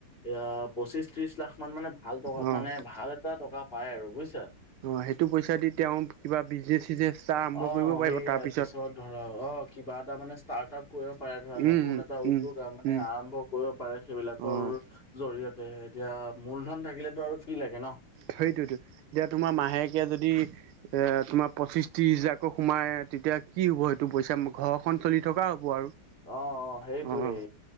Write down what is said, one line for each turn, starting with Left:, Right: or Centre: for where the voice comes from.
Left: এয়া পঁচিশ ত্ৰিশ লাখ মান মানে ভাল টকা
Right: অ',
Left: মানে ভাল এটা টকা পাই আৰু বুজিছা।
Right: অ', সেইটো পইচা দি তেওঁ, কিবা বিজনেচ চিগনেছ চাহ আৰম্ভ
Left: অ
Right: কৰিব পাৰিব
Left: সেইয়াই
Right: তাৰ পিছত।
Left: ধৰা অ, কিবা এটা মানে ষ্টাৰ্টআপ কৰিব পাৰে ধৰা,
Right: উম,
Left: নতুন
Right: উম,
Left: এটা
Right: উম,
Left: উদ্যোগ আৰু মানে
Right: উম,
Left: আৰম্ভ কৰি পাৰে সেইবিলাকৰ,
Right: অ',
Left: জৰিয়তে এতিয়া মূলধন থাকিলেটো আৰু কি লাগে ন?
Right: সেইতোটো, এতিয়া তোমাৰ মাহেকীয়া যদি, এ তোমাৰ পঁচিশ ত্ৰিশ হাজাৰকো সোমাই। এ তেতিয়া কি হ'ব সেইটো পইচা ঘৰখন চলি থকা হ'ব আৰু।
Left: অ', অ, সেইটোৱে।
Right: অ',